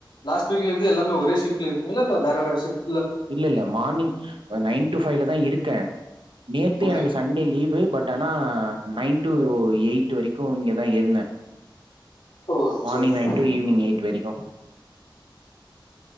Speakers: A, on the left; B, on the right.
A: லாஸ்ட் டு வீக்லந்து எல்லாமே ஒரே ஷிஃப்ட்ல இருக்கிங்களா இல்ல வேற வேற ஷிஃப்ட்
B: இல்ல இல்ல மார்னிங் நைன் டூ ஃபைவ்ல தா இருக்கே நேத்து
A: ஓகே.
B: எனக்கு சண்டே லீவு பட் ஆனா நைன் டூ எயிட் வரைக்கு இங்கதா இருந்தே
A: ஓ
B: மார்னிங்
A: சேரி சேரி
B: நைன் டு ஈவ்னிங் எயிட் வரைக்கு